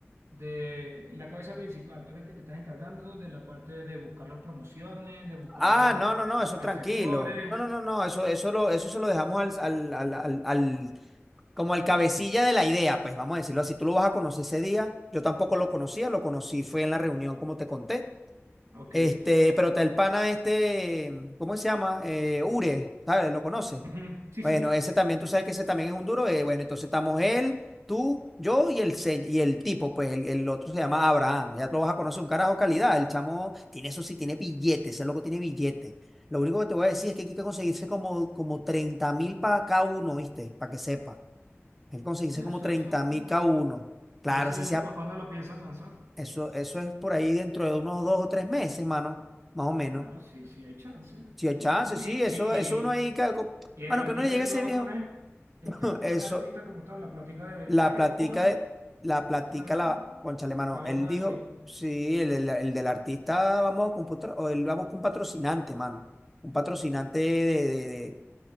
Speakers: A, on the right; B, in the centre.
A: de la cabeza principal, tú eres el que te estás encargando de la parte de buscar las promociones, de buscar
B: Ah,
A: los
B: no, no, no, eso
A: asesores.
B: tranquilo. No, no, no, no, eso, eso lo, eso se lo dejamos al, al, al, al, al Como el cabecilla de la idea, pues vamos a decirlo así, tú lo vas a conocer ese día. Yo tampoco lo conocía, lo conocí, fue en la reunión, como te conté.
A: Ok.
B: Este, pero está el pana este, ¿cómo se llama? Eh, Ure, ¿sabes? ¿Lo conoces?
A: Ujú, Sí,
B: Bueno,
A: sí.
B: ese también, tú sabes que ese también es un duro. eh, bueno, entonces estamos él, tú, yo y el, se- y el tipo, pues el, el otro se llama Abraham. Ya tú lo vas a conocer, un carajo calidad. El chamo tiene eso sí, tiene billetes, ese loco tiene billetes. Lo único que te voy a decir es que aquí hay que conseguirse como, como treinta mil para cada uno, ¿viste? Para que sepa. Hay que conseguirse
A: Bueno,
B: como
A: eso,
B: treinta
A: eso,
B: mil
A: mm.
B: cada uno. Claro,
A: ¿Y ese
B: si
A: evento
B: sea,
A: para cuándo lo piensan lanzar?
B: eso, eso es por ahí dentro de unos dos o tres meses, mano, más o menos.
A: Ah, no, sí, sí hay chance.
B: Si hay chance,
A: ¿Y, cu-
B: sí,
A: y,
B: eso,
A: y,
B: eso uno ahí,
A: y-
B: ca- co-
A: y el
B: mano,
A: artista
B: que uno le llegue
A: que
B: a ese
A: no va
B: viejo.
A: a poner?
B: <laughs>
A: ¿En quién va a poner
B: Eso,
A: el artista como tal? La plática de...
B: la
A: ¿Sabes
B: platica
A: que cobra? po-
B: de, la platica
A: Ay,
B: la, cónchale, mano,
A: La va
B: él
A: a poner
B: dijo,
A: el tipo.
B: sí, el, el- el del artista vamos a computar o él vamos con un patrocinante, mano. Un patrocinante de, de, de-